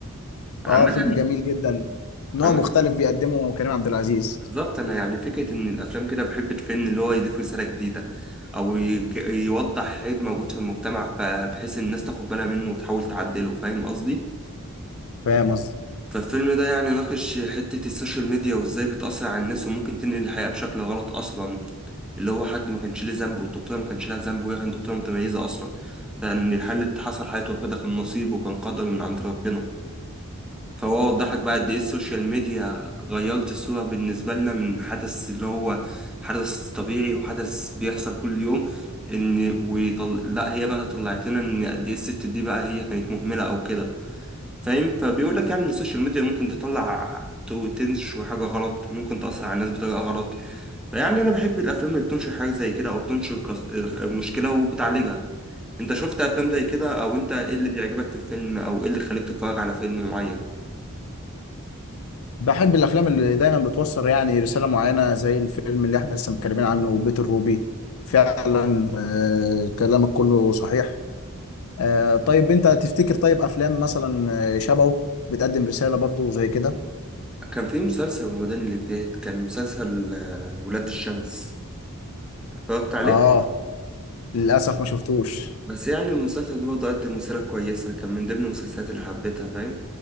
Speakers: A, in the centre; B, on the left.
A: عامة
B: اه فيلم جميل جدا نوع
A: عامة
B: مختلف بيقدمه كريم عبد العزيز
A: بالظبط أنا يعني فكرة إن الأفلام كده بحب الفيلم اللي هو يضيف رسالة جديدة أو يج- يوضح عيب موجود في المجتمع فبحيث الناس تاخد بالها منه وتحاول تعدله فاهم قصدي؟
B: فاهم قصدي
A: فالفيلم ده يعني ناقش حتة السوشيال ميديا وازاي بتأثر على الناس وممكن تنقل الحياة بشكل غلط أصلا اللي هو حد ما كانش ليه ذنب والدكتورة ما كانش لها ذنب وهي كانت دكتورة متميزة أصلا فإن الحل اللي حصل حياة وفاة ده كان نصيب وكان قدر من عند ربنا فهو وضح لك بقى قد إيه السوشيال ميديا غيرت الصورة بالنسبة لنا من حدث اللي هو حدث طبيعي وحدث بيحصل كل يوم إن ويطل... لا هي بقى طلعت لنا إن قد إيه الست دي بقى هي كانت مهملة أو كده فاهم فبيقول لك يعني ان السوشيال ميديا ممكن تطلع تو- تنشر حاجه غلط ممكن تاثر على الناس بطريقه غلط فيعني انا بحب الافلام اللي بتنشر حاجه زي كده او بتنشر قص- مشكله وبتعالجها انت شفت افلام زي كده او انت ايه اللي بيعجبك في الفيلم او ايه اللي خليك تتفرج على فيلم معين
B: بحب الافلام اللي دايما بتوصل يعني رساله معينه زي الفيلم اللي احنا لسه متكلمين عنه بيت الروبي فعلا آه، كلامك كله صحيح آه، طيب انت تفتكر طيب افلام مثلا آه، شبهه بتقدم رساله برضو زي كده
A: كان في مسلسل رمضان اللي فات كان مسلسل آه، ولاد الشمس اتفرجت عليه
B: اه للاسف ما شفتوش
A: بس يعني المسلسل ده برضه قدم رسالة كويسة كان من ضمن المسلسلات اللي حبيتها فاهم